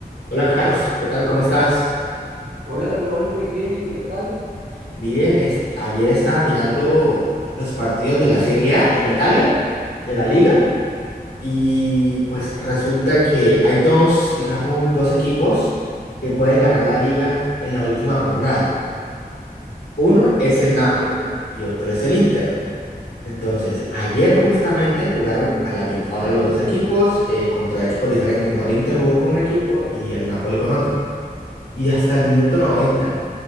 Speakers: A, on the left; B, on the right.
A: Hola Carlos, ¿qué tal? ¿Cómo estás?
B: Hola, Dubán, muy bien, ¿y tú qué tal?
A: Bien, este, ayer estaba mirando los partidos de la Serie A en Italia, de
B: Ujú.
A: la Liga, y pues resulta que hay dos, digamos, dos equipos que pueden ganar la Liga en la última jornada. Uno es el Napoli y otro es el Inter. Entonces, ayer justamente jugaron a la misma hora los dos equipos eh, contra equipos diferentes. No, el Inter jugó con un equipo y el Napoli con otro. Y hasta el minuto 90